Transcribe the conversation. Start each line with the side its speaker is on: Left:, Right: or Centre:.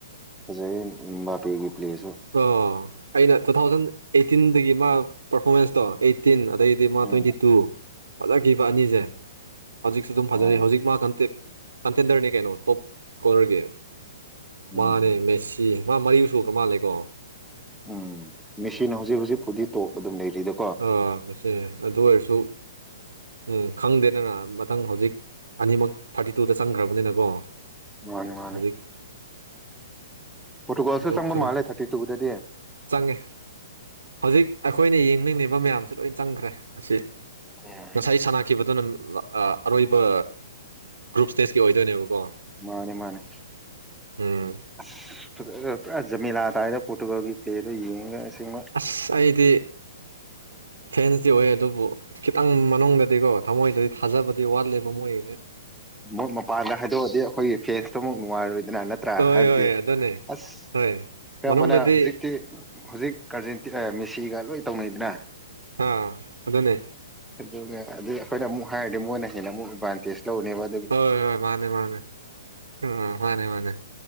Centre: ꯐꯖꯩꯌꯦ ꯃꯕꯥꯄꯦꯒꯤ ꯄ꯭ꯂꯦꯁꯨ
Right: ꯀꯣ ꯑꯩꯅ ꯇꯨ ꯊꯥꯎꯖꯟ ꯑꯩꯠꯇꯤꯟꯗꯒꯤ ꯃꯥ ꯄꯔꯐꯣꯔꯃꯦꯟꯁꯇꯣ ꯑꯩꯠꯇꯤꯟ ꯗꯩꯗꯤ ꯃꯥ ꯇ꯭ꯋꯦꯟꯇꯤ
Centre: ꯎꯝ
Right: ꯇꯨ ꯐꯖꯒꯤꯕ ꯑꯅꯤꯖꯦ ꯍꯧꯖꯤꯛꯁꯨ ꯑꯗꯨꯝ ꯐꯖꯔꯤ
Centre: ꯑꯣ
Right: ꯍꯧꯖꯤꯛ ꯃꯥ ꯀꯟꯇꯦ ꯀꯟꯇꯦꯟꯗꯔꯅꯤ ꯀꯩꯅꯣ ꯇꯣꯞ ꯁꯀꯣꯔꯔꯒꯤ
Centre: ꯎꯝ
Right: ꯃꯥꯅꯦ ꯃꯦꯁꯤ ꯃꯥ ꯃꯔꯤ ꯁꯨꯈ꯭ꯔ ꯃꯥꯜꯂꯦꯀꯣ
Centre: ꯎꯝ ꯃꯦꯁꯤꯅꯥ ꯍꯧꯖꯤꯛ ꯍꯧꯖꯤꯛꯐꯧꯗꯤ ꯇꯣꯞ ꯑꯗꯨꯝ ꯂꯩꯔꯤꯗ꯫
Right: ꯥꯑꯣ ꯑꯁꯦ ꯑꯗꯨ ꯑꯣꯏꯔꯁꯨ꯫ ꯎꯝ ꯈꯪꯗꯦꯗꯅ ꯃꯊꯪ ꯍꯧꯖꯤꯛ ꯑꯅꯤꯃꯛ ꯊꯔꯇꯤ ꯇꯨꯗ ꯆꯪꯈ꯭ꯔꯕꯅꯤꯅꯀꯣ꯫
Centre: ꯃꯥꯅꯤ ꯃꯥꯅꯤ
Right: ꯍꯧꯖꯤꯛ
Centre: ꯄꯣꯔꯇꯨꯒꯜꯁꯨ
Right: ꯑꯗꯨ
Centre: ꯆꯪꯕ
Right: ꯈꯪ
Centre: ꯃꯥꯜꯂꯦ ꯊꯔꯇꯤ ꯇꯨꯗꯗꯤ꯫
Right: ꯆꯪꯉꯦ ꯍꯧꯖꯤꯛ ꯑꯩꯈꯣꯏꯅ ꯌꯦꯡꯅꯤꯡꯅꯤꯕ ꯃꯌꯥꯝꯁꯦ ꯂꯣꯏ ꯆꯪꯈ꯭ꯔꯦ ꯑꯁꯤ꯫
Centre: ꯎꯝ
Right: ꯉꯁꯥꯏ ꯁꯥꯟꯅꯈꯤꯕꯗꯨꯅ ꯂ ꯑ ꯑꯔꯣꯏꯕ ꯒ꯭ꯔꯨꯞ ꯁ꯭ꯇꯦꯁꯀꯤ ꯑꯣꯏꯗꯣꯏꯅꯦꯕꯀꯣ꯫
Centre: ꯃꯥꯅꯦ ꯃꯥꯅꯦ
Right: ꯎꯝ
Centre: ꯑꯁ ꯐꯖꯒ꯭ꯔꯦ ꯄꯨꯔꯥ ꯖꯃꯤꯂꯥ ꯇꯥꯏꯗ ꯄꯣꯔꯇꯨꯒꯜꯒꯤ ꯄ꯭ꯂꯦꯗꯣ ꯌꯦꯡꯉꯒ ꯑꯁꯦꯡꯕ꯫
Right: ꯑꯁ ꯑꯩꯗꯤ ꯐꯦꯟꯁꯇꯤ ꯑꯣꯏ ꯑꯗꯨꯕꯨ ꯈꯤꯇꯪ ꯃꯅꯨꯡꯗꯗꯤꯀꯣ ꯊꯃꯣꯏꯗꯗꯤ ꯊꯥꯖꯕꯗꯤ ꯋꯥꯠꯂꯤ꯫ ꯕꯣ ꯃꯣꯏꯒꯤꯖꯦ
Centre: ꯃꯣꯏ ꯃꯄꯥꯟꯗ ꯍꯥꯏꯗꯣꯛꯑꯗꯤ ꯑꯈꯣꯏꯒꯤ ꯐꯦꯟꯁꯇꯃꯨꯛ ꯅꯨꯡꯉꯥꯏꯔꯣꯏꯗꯅ ꯅꯠꯇ꯭ꯔꯥ
Right: ꯍꯣꯏ
Centre: ꯍꯥꯏꯕꯗꯤ
Right: ꯍꯣꯏ ꯑꯗꯨꯅꯦ
Centre: ꯑꯁ
Right: ꯍꯣꯏ
Centre: ꯈꯔ
Right: ꯃꯅꯨꯡꯗꯗꯤ
Centre: ꯑꯃꯅ ꯍꯧꯖꯤꯛꯇꯤ ꯍꯧꯖꯤꯛ ꯀꯥꯔꯖꯦꯟ ꯑ ꯃꯦꯁꯤꯒ ꯂꯣꯏ ꯇꯧꯅꯩꯗꯅ꯫
Right: ꯑꯥ ꯑꯗꯨꯅꯦ꯫
Centre: ꯑꯗꯨꯒ ꯑꯗꯨ ꯑꯈꯣꯏꯅ ꯑꯃꯨꯛ ꯍꯥꯏꯔꯗꯤ ꯃꯣꯏꯅ ꯍꯦꯟꯅ ꯑꯃꯨꯛ ꯑꯦꯗꯚꯥꯟꯇꯦꯖ ꯂꯧꯔꯅꯤꯕ꯫
Right: ꯍꯣꯏ ꯍꯣꯏ ꯃꯥꯅꯦ ꯃꯥꯅꯦ ꯎꯝ ꯃꯥꯅꯦ ꯃꯥꯅꯦ꯫